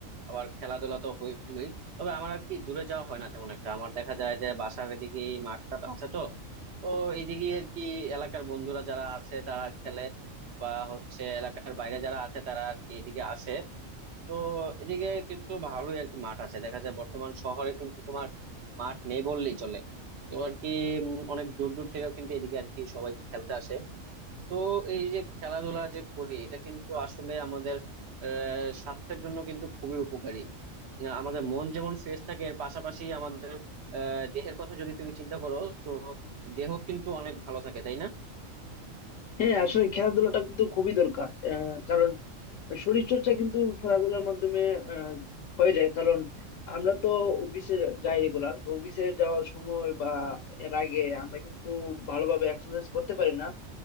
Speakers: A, on the right; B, on the left.
A: আবার খেলাধুলা তো হইলোই তবে আমার আর কি দূরে যাওয়া হয় না তেমন একটা আমার দেখা যায় যে বাসার এদিকে মাঠটা আছে তো তো এইদিকে আর কি এলাকার বন্ধুরা যারা আছে তারা খেলে বা হচ্ছে এলাকার বাইরে যারা আছে তারা আর কি এদিকে আসে তো এদিকে কিন্তু ভালোই আর কি মাঠ আছে দেখা যায় বর্তমান শহরে কিন্তু তোমার মাঠ নেই বললেই চলে তো আর কি উম, অনেক দূর দূর থেকেও কিন্তু এদিকে আর কি সবাই খেলতে আসে তো এই যে খেলাধুলা যে করি এটা কিন্তু আসলে আমাদের আহ স্বাস্থ্যের জন্য কিন্তু খুবই উপকারী আহ, আমাদের মন যেমন ফ্রেশ থাকে এর পাশাপাশি আমাদের আহ দেহের কথা যদি তুমি চিন্তা করো তো দেহ কিন্তু অনেক ভালো থাকে তাই না
B: হ্যাঁ আসলে খেলাধুলাটা কিন্তু খুবই দরকার আহ, কারণ শরীর চর্চা কিন্তু খেলাধুলার মাধ্যমে আহ, হয়ে যায় কারণ আমরা তো অফিসে যাই রেগুলার তো অফিসে যাওয়ার সময় বা এর আগে আমরা কিন্তু ভালোভাবে এক্সারসাইজ করতে পারি না